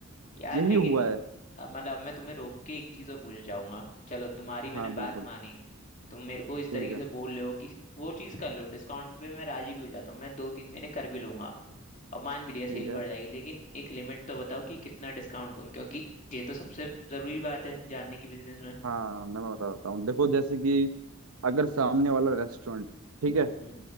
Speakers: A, on the left; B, on the right.
A: यार
B: यही
A: लेकिन
B: हुआ है
A: अब मतलब अब मैं तुम्हें रोक के एक चीज और पूछना चाहूंगा चलो तुम्हारी मैंने
B: हाँ
A: बात
B: बिल्कुल
A: मानी तुम मेरे को इस तरीके
B: ठीक है
A: से बोल रहे हो कि वो चीज कर लो डिस्काउंट पे मैं राजी भी हो जाता हूँ मैं दो तीन महीने कर भी लूंगा और मान भी लिया सेल
B: ठीक है
A: बढ़ जाएगी लेकिन एक लिमिट तो बताओ कि कितना डिस्काउंट दूं क्योंकि ये तो सबसे जरूरी बात है जानने की बिजनेस में
B: हाँ मैं बताता हूँ देखो जैसे कि अगर सामने वाला रेस्टोरेंट ठीक है
A: हम्म,